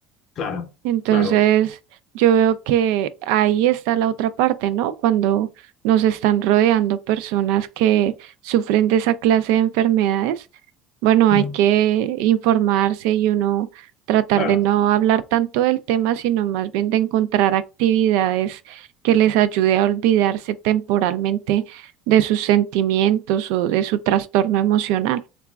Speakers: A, on the left; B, on the right.
A: Claro,
B: Entonces,
A: claro,
B: yo veo que ahí está la otra parte, ¿no? Cuando nos están rodeando personas que sufren de esa clase de enfermedades, bueno,
A: Mm.
B: hay que informarse y uno tratar
A: claro.
B: de no hablar tanto del tema, sino más bien de encontrar actividades que les ayude a olvidarse temporalmente de sus sentimientos o de su trastorno emocional.